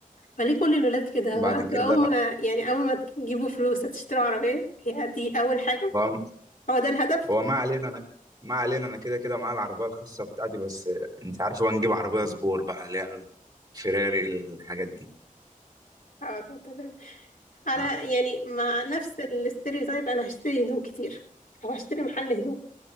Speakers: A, on the left (about 70°); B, on the right (about 30°).
A: فليه كل الولاد كده
B: بعد
A: هو انتوا
B: كده
A: اول ما يعني اول ما تجيبوا فلوس هتشتروا عربية هي دي اول حاجة
B: هو
A: هو ده الهدف
B: هو ما علينا انا ما علينا انا كده كده معايا العربية الخاصة بتاعتي بس انت عارفة بقى نجيب عربية سبور بقى اللي هي الفيراري الحاجات دي
A: هو ده الهدف. على
B: آه.
A: يعني مع نفس الاستيريوتايب انا هشتري هدوم كتير او هشتري محل هدوم